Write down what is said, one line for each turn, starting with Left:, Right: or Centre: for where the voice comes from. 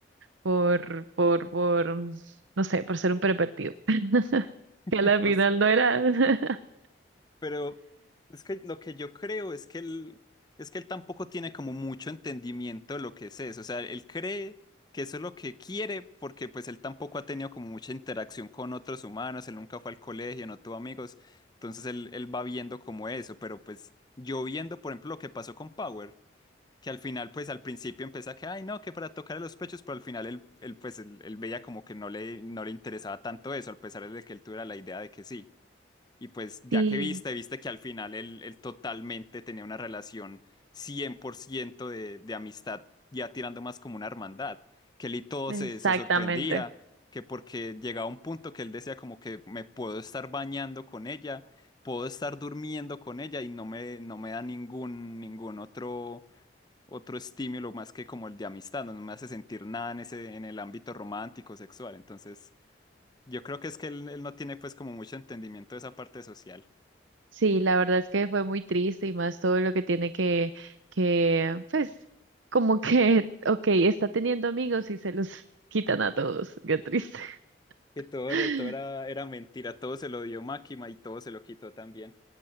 Right: por, por, por, no sé, por ser un pervertido. <laughs>
Left: <laughs>
Right: Que a la final no era. <laughs>
Left: Pero es que lo que yo creo es que él, es que él tampoco tiene como mucho entendimiento de lo que es eso. O sea, él cree que eso es lo que quiere porque pues él tampoco ha tenido como mucha interacción con otros humanos, él nunca fue al colegio, no tuvo amigos. Entonces él, él va viendo como eso, pero pues yo viendo, por ejemplo, lo que pasó con Power, que al final pues al principio empieza que, ay no, que para tocarle los pechos, pero al final él, él pues él, él veía como que no le, no le interesaba tanto eso, a pesar de que él tuviera la idea de que sí. Y pues ya
Right: Sí,
Left: que viste, viste que al final él, él totalmente tenía una relación 100% de, de amistad, ya tirando más como una hermandad, que él y todo
Right: exactamente.
Left: se, se sorprendía, que porque llegaba un punto que él decía como que me puedo estar bañando con ella, puedo estar durmiendo con ella y no me, no me da ningún, ningún otro, otro estímulo más que como el de amistad, no me hace sentir nada en ese, en el ámbito romántico, sexual. Entonces, yo creo que es que él, él no tiene pues como mucho entendimiento de esa parte social.
Right: Sí, la verdad es que fue muy triste y más todo lo que tiene que, que, pues, como que, <laughs> ok, está teniendo amigos y se los <laughs> quitan a todos. Qué triste.
Left: Que todo
Right: <laughs>
Left: era, todo era, era mentira, todo se lo dio Máquina y todo se lo quitó también.